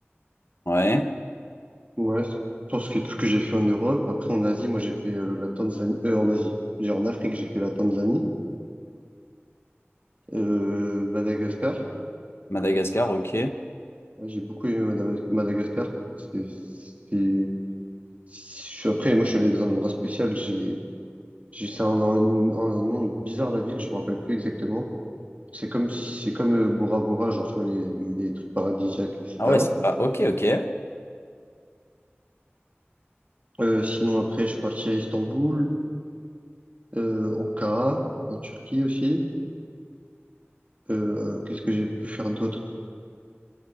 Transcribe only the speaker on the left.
Ouais,
Madagascar, ok.
Ah ouais, c'est pas, ok, ok,